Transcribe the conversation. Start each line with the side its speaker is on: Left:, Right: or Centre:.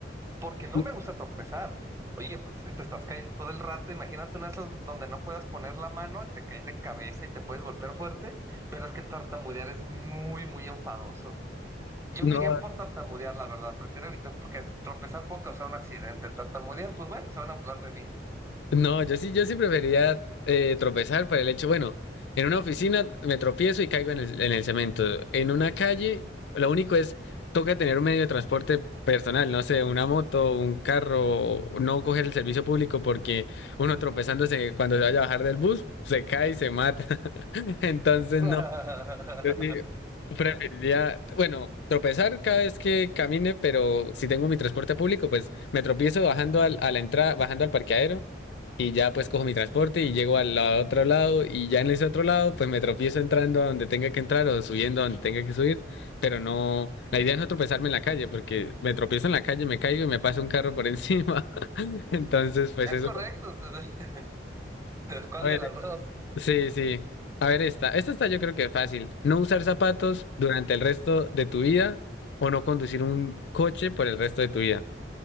Right: porque no
Left: <laughs>
Right: me gusta tropezar. Oye, pues es que te estás cayendo todo el rato, imagínate una de esas donde no puedas poner la mano, te caes de cabeza y te puedes golpear fuerte, pero es que tartamudear es muy, muy enfadoso. Yo
Left: No,
Right: me iría por tartamudear, la verdad. Prefiero evitar, porque tropezar puede causar un accidente. Tartamudear, pues bueno, se van a hablar de mí.
Left: No, yo sí, yo sí preferiría eh, tropezar para el hecho, bueno, en una oficina me tropiezo y caigo en el, en el cemento. En una calle, lo único es, toca tener un medio de transporte personal, no sé, una moto, un carro, no coger el servicio público porque uno tropezándose cuando se vaya a bajar del bus, se cae y se mata. <laughs> Entonces,
Right: <laughs>
Left: no. Yo sí Preferiría, bueno, tropezar cada vez que camine, pero si tengo mi transporte público, pues me tropiezo bajando al, a la entrada, bajando al parqueadero y ya pues cojo mi transporte y llego al la- otro lado y ya en ese otro lado pues me tropiezo entrando a donde tenga que entrar o subiendo a donde tenga que subir, pero no, la idea es no tropezarme en la calle porque me tropiezo en la calle, me caigo y me pasa un carro por encima. <laughs> Entonces pues
Right: Es
Left: eso.
Right: correcto. <laughs> ¿Cuál
Left: A ver,
Right: de las dos?
Left: sí, sí. A ver esta, esta está yo creo que fácil. No usar zapatos durante el resto de tu vida o no conducir un coche por el resto de tu vida.